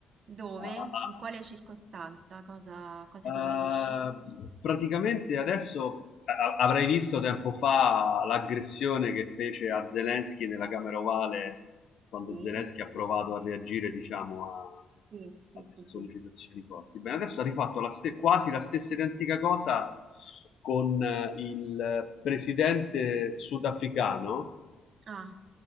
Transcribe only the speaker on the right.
dove?
In quale circostanza? Cosa, cosa
ti riferisci?
Sì,
sì, sì,
sì,
sì.
Ah,